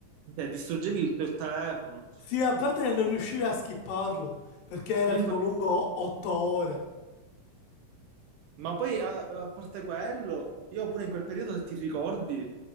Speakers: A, on the right (about 80°); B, on the left (about 85°).
A: te distruggevi tutto il telefono.
B: Sì, a parte che non riuscivi a skipparlo perché era
A: Io
B: tipo
A: in quel
B: lungo 8 ore.
A: Ma poi a, a parte quello, io pure in quel periodo, se ti ricordi,